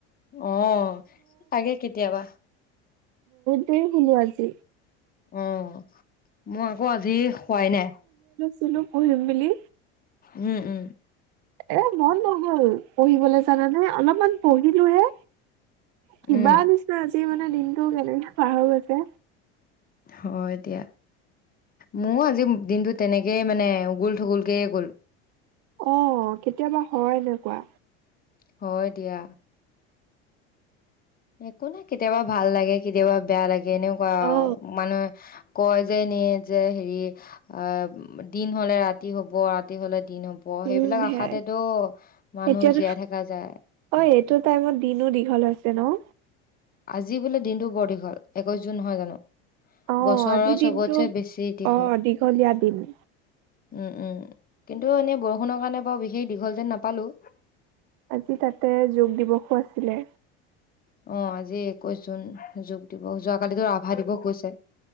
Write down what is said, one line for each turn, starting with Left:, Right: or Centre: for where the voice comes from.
Left: অ' আগে কেতিয়াবা
Right: তে শুলো আজি।
Left: অঅঅ। মই আকৌ আজি শোৱাই নাই।
Right: ছিলো পঢ়িম বুলি।
Left: উম উম।
Right: এএ মন নগল পঢ়িবলে জানানে, অলপমান পঢ়িলো হে কিবাআ
Left: উম,
Right: নিচিনা আছিল দিনটো কেনেকে পাৰ হৈ গৈছে।
Left: হয় এতিয়া। মোও আজি দিনটো তেনেকেই মানে উগুল-থুগুলকেএ গ'ল।
Right: অ' কেতিয়াবা হয় এনেকুৱা।
Left: হয় দিয়া। একো নাই। কেতিয়াবা ভাল লাগে কেতিয়াবা বেয়া লাগে। এনেকুৱা আও
Right: অ
Left: মানুহে কয় যে নিয়ে যে হেৰি অঅ দিন হলে ৰাতি হ'ব, ৰাতি হলে দিন হ'ব।
Right: উম
Left: সেইবিলাক
Right: সেয়াই
Left: আশাতেটো মানুহ
Right: এতিয়াতো
Left: জীয়াই থাকা যায়।
Right: অ এইটো টাইমত দিনো দীঘল হৈছে নঅ।
Left: আজি বোলে দিনটো বৰ দীঘল। একৈশ জুন নহয় জানো?
Right: অ,
Left: বছৰৰ
Right: আজিৰ
Left: চবতছে
Right: দিনটো
Left: বেছি দীঘল
Right: অ দীঘলীয়া দিন।
Left: উম উম কিন্তু এনে বৰষুণৰ কাৰণে বাৰু বিশেষ দীঘল যেন নাপালো।
Right: আজি তাতে যোগ দিৱসো আছিলে।
Left: অ আজি একৈশ জুন যোগ দিৱস যোৱাকালিতো আভা দিৱস গৈছে।